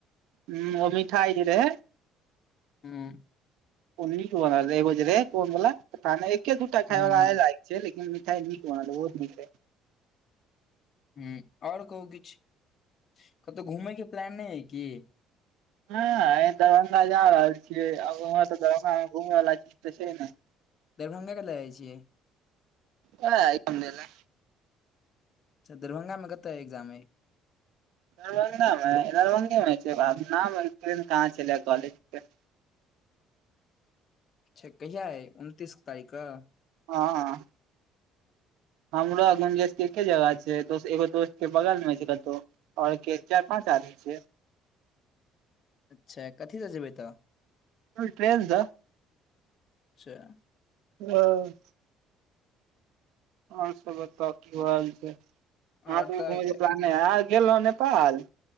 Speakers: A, on the right; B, on the left.
A: हम्म ओ मिठाइ जे रहै?
B: हूम्म
A: उ नीक बनल रहै, एगो जे रहै गोल बला, एके दूटा खाय
B: हूँ
A: बला आइ। से लेकिन मिठाई नीक बनल रहै बहुत नीक रहै।
B: ह और कहू किछु, कतहु घूमय के प्लान नहि अय की?
A: हाँ दरभंगा जा रहल छियै, आब ओना तऽ दरभंगा मे घुमय लायक किछ तऽ छै नै।
B: दरभंगा कथि लए जाइ छियै?
A: <unintelligible> दै लऽ
B: अच्छा दरभंगामे कतऽ ए एग्जाम अइ?
A: दरभंगा मे दरभंगे मे छै, अब नाम कहाँ छले कॉलेज के?
B: अच्छा, कहिआ अइ उनतीस तारीख क?
A: हाँ हमरा आ गुंजेश के एक्के जगह छै दोस एगो दोस्त के बगलमे छै कतौ। और के चारि -पाँच आदमी छियै?
B: अच्छा कथी सँ जेबै तऽ?
A: हॅं ट्रेन सऽ।
B: अच्छा।
A: <inaudible> और सब बताउ की हाल छै, अहाँ
B: आओर
A: सबके
B: तऽ
A: घुमय के प्लान नै अय अहॉं गेल रहौं नेपाल?